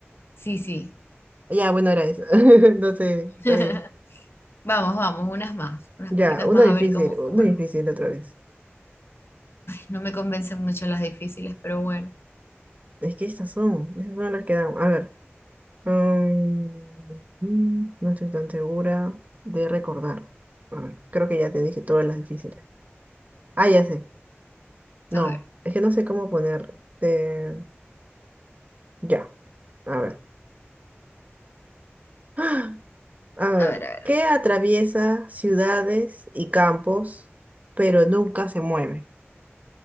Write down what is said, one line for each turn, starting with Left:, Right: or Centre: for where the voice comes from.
Left: sí, sí.
Right: Ya, bueno, era eso, <laughs> no sé,
Left: <laughs>
Right: está bien.
Left: Vamos, vamos, unas más, unas
Right: Ya,
Left: poquitas
Right: uno
Left: más
Right: difícil,
Left: a ver cómo,
Right: uno
Left: cómo
Right: difícil
Left: nos-
Right: otra vez.
Left: No me convencen mucho las difíciles, pero bueno,
Right: Es que estas son, estas son las que dan, a ver. mm, mm, no estoy tan segura de recordar. A ver, creo que ya te dije todas las difíciles. Ah, ya sé. No,
Left: a ver,
Right: es que no sé cómo ponerte. Ya, a ver. <gasps> A ver,
Left: a ver, a ver.
Right: ¿qué atraviesa ciudades y campos, pero nunca se mueve?